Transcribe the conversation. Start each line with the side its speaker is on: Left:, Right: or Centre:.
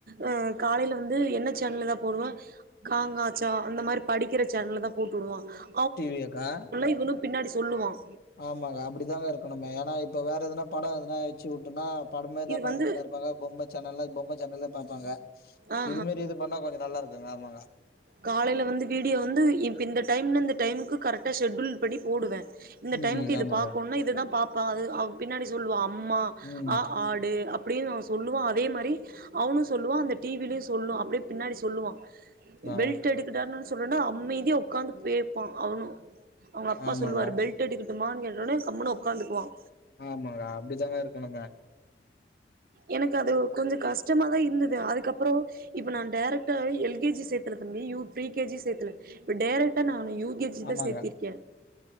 Right: அஹ் காலைல வந்து என்ன சேனல்லதான் போடுவ க ங ச அந்த மாரி படிக்கிற சேனல்ல தா போட்டு டுவான்கா
Left: டிவியாக்கா
Right: இவனு பின்னாடி சொல்லுவான்
Left: ஆமாங்க அப்டிதாங்க ருக்கணும் இப்ப வேற எதனா படம் எதனா வச்சு விட்டும்னா படமேதான்
Right: இது
Left: பாத்துனு
Right: வந்து
Left: ருப்பாங்க பொம்ம சேனல்ல பொம்ம சேனல் பாப்பாங்க
Right: ஆ
Left: இது மாரி இது பண்ணா கொஞ்சோ நல்லா இருக்குங்க ஆமாங்க
Right: காலைல வந்து வீடியோ வந்து இ இந்த டைம்ல இந்த டைமுக்கு கரெக்ட் ஷெட்யூல் படி போடுவே இந்த
Left: ம்
Right: டைமுக்கு இது
Left: ஆமாங்க
Right: பாக்கணும்னா இதுதா பா ஆ அது அவ் பின்னாடி சொல்லுவான் அம்மா
Left: ம்
Right: ஆ ஆடு அப் அப்டின்னு அவன் சொல்லுவான் அதே மாரி அவனும் சொல்லுவான் அந்த டிவிலயும் சொல்லும் அப்படியே பின்னாடி சொல்லுவான்
Left: ஆ
Right: பெல்ட்டு எடுக் சொல்றேன்னா அமைதியா உட்காந்து கேப்பான் அவனும் அவுங்க அப்பா
Left: ஆமாங்க
Right: சொல்லுவாரு பெல்ட்டு எடுக் எம்மானு கேட்ட உடனே கம்முனு உட்காந்துக்குவான்
Left: ஆமாங்க அப்டித்தாங்க இருக்கணுங்க
Right: எனக்கு அது ஒரு கொஞ்சோ கஷ்டமா தான் இர இந்த இது யாருக்கு கப்புறோ இப்ப நா டேரக் ட்டா எல் கே ஜி சேர்த்தல தம்பி யூ பிரீ கே ஜி சேர்த்தல இப்ப டேரெக்டா நா யூ கே ஜி
Left: ஆமாங்க
Right: தா சேர்த்திருக்கே